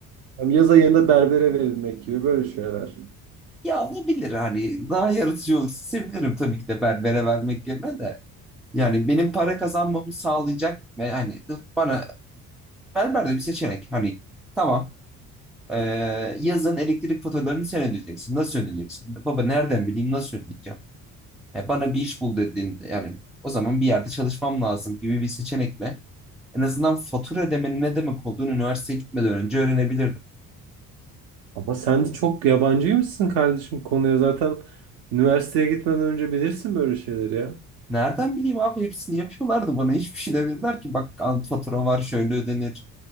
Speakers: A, on the right; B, in the centre.
A: Yaz ayında berbere verilmek gibi böyle şeyler.
B: ya olabilir hani daha yaratıcı olursa sevinirim tabii ki de berbere vermek yerine de yani benim para kazanmamı sağlayacak ve hani bana berber de bir seçenek hani tamam Ee, yazın elektrik faturalarını sen ödeyeceksin. Nasıl ödeyeceksin? Baba nereden bileyim nasıl ödeyeceğim? Ya bana bir iş bul dediğinde yani o zaman bir yerde çalışmam lazım gibi bir seçenekle en azından fatura ödemenin ne demek olduğunu üniversiteye gitmeden önce öğrenebilirdim.
A: Ama sen çok yabancıymışsın kardeşim konuya. Zaten üniversiteye gitmeden önce bilirsin böyle şeyleri ya.
B: Nereden bileyim abi hepsini yapıyorlardı bana hiçbir şey demediler ki bak al, fatura var şöyle ödenir.